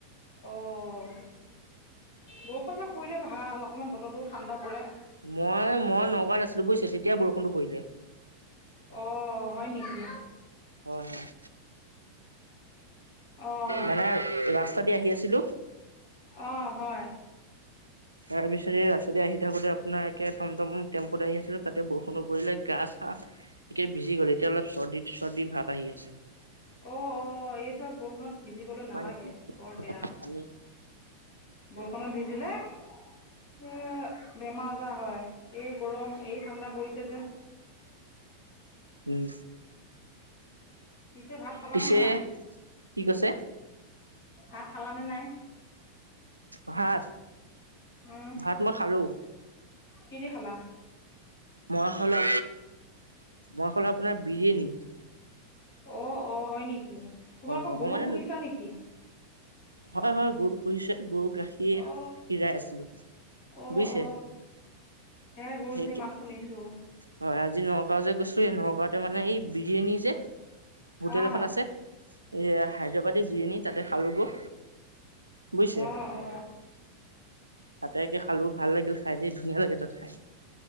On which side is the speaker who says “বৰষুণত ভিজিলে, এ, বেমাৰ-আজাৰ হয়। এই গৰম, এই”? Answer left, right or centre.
Left